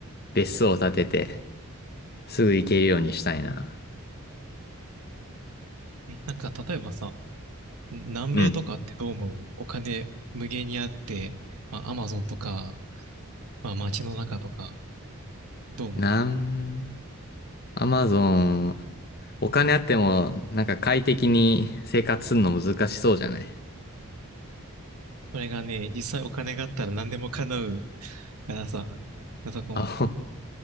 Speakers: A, on the left; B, on the right.
A: 別荘を建てて、すぐ行けるようにしたいな。
B: ーえ、なんか、例えばさ、南米とかってどう思うお金無限にあって、
A: うん。
B: まあ、アマゾンとか、まあ、街の中とか、どう思う
A: なん、アマゾン、お金あっても、なんか快適に生活するの難しそうじゃない
B: これがね、実際お金があったら何でも叶うからさ、あそこは。
A: <laughs> あ、ほ